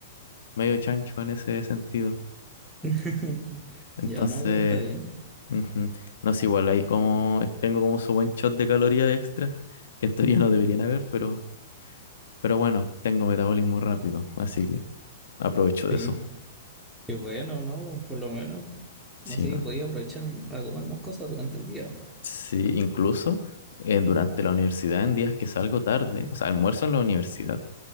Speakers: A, on the left (about 85°); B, in the centre.
A: medio chancho en ese sentido.
B: <laughs>
A: Entonces,
B: Ya no, pero está bien.
A: ujú. No es igual, ahí como eh, tengo como su buen shot de calorías extra, que en teoría no deberían haber, pero, pero bueno, tengo metabolismo rápido, así que aprovecho de
B: Sí,
A: eso.
B: qué bueno, ¿no? Por lo menos
A: Sí,
B: así
A: no.
B: podía aprovechar a comer más cosas durante el día.
A: Sí, incluso eh, durante la universidad, en días que salgo tarde, o sea, almuerzo en la universidad